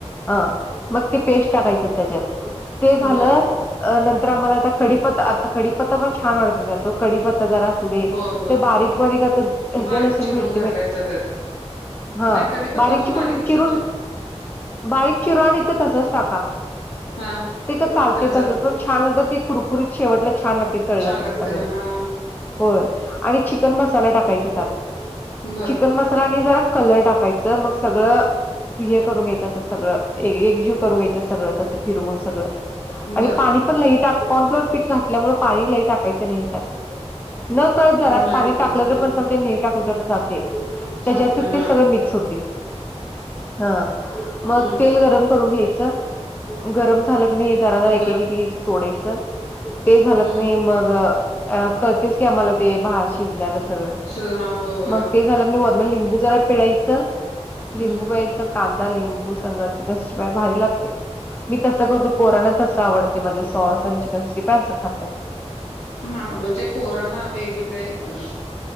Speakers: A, on the left; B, on the left.
A: हा. मग ते पेस्ट टाकायच त्याच्यात ते झालं
B: बर
A: नंतर आम्हाला, आता कडीपत्ता आता कडीपत्ता पण छान वाटतो त्यात कडीपत्ता जरा असू दे
B: हो हो
A: ते बारीक बारीक आता हेच
B: बारीक
A: लसूण
B: चिरून
A: भेट
B: घालायचं
A: <unintelligible>
B: त्या
A: हा
B: नाही कडीपत्ता
A: बारीकची
B: पण बारीक
A: चि-चिरून
B: असा चि
A: बारीक चिरा आणि ते तसचं टाका,
B: हा
A: ते का चालते
B: तरी चालतंय
A: तसचं पण छान होतात, ते कुरकुरीत शेवटला छान लागतय तळल
B: छान
A: कणी
B: लागतय
A: सगळ.
B: हा
A: होय, आणि चिकन मसाला टाकायचा त्यात.
B: बर
A: चिकन मसाला आणि जरा कलर टाकायचं मग सगळं हे करून घ्यायचं, असं सगळं एकजीव करून घ्यायचं सगळंं फिरवून सगळं आणि
B: बर
A: पाणी ण लय टा- कॉर्नफ्लावर पीठ घातल्यामुळे पाणी लय टाकायच नाही त्यात. न कळत जरा
B: नाही
A: पाणी
B: टाकायचं
A: टकलं
B: काय
A: तर, पण चालतय नाही टाकलं तर पण चालतयं. ते त्याच्यात
B: चालतय हा
A: ते सगळं मिक्स होतय. हा, मग
B: हा
A: तेल गरम करून घ्यायचं. गरम झालं कनय जरा जरा, एक
B: बर
A: एक सोडायचं ते झालं
B: हम्म
A: कनाय मग अ कळतयच की आम्हाला, ते भात शिजल्याला सगळं.
B: श हा होय हो.
A: मग ते झालं क नाही, वरण लिंबू जरा पिळायचं लिंबू
B: हम्म
A: पिळायचं कांदा, लिंबू संग चिकन सिक्स्टी फाय भारी लागतय. मी तसं करतो पोराना तसं आवडतय, म्हणजे सॉस आणि चिकन सिक्स्टी फाय असं खातात.
B: हा म्हणजे पोरांना वेगवेगळे अ